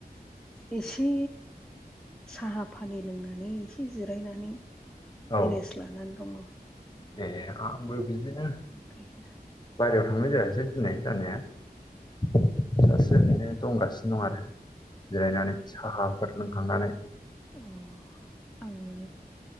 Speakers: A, in the centre; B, on the left.
A: एसे साहा फानि लोंनानै एसे जिरायनानै
B: औ
A: रेस्ट लानानै दङ।
B: ए आंबो बिदिनो
A: ओमफ्रायो
B: बाहेरायाव थांनाय जायासै दिनै जानाया दासो ओरैनो दंगासि नो दं आरो जिरायनानै साहाफोर लोंखांनानै।
A: अ आङो